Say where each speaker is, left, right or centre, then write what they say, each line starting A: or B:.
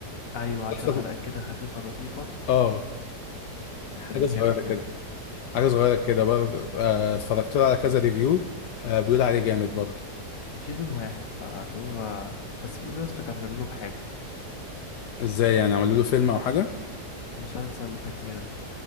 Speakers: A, on the left; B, on the left.
A: ايوه عشر
B: مسلسل-
A: حلقات كده خفيفة لطيفة
B: اه حاجه
A: في الجامد
B: صغيره كده
A: منه
B: حاجه صغيره كده برضه آه، اتفرجت له على كذا ريفيو آه، بيقول عليه جامد برضه
A: وسيزون واحد فاللي هو بس بيقولوا يا اسطى كملوا له بحاجة
B: ازاي يعني عملوا له فيلم او حاجه
A: مسلسل تكملة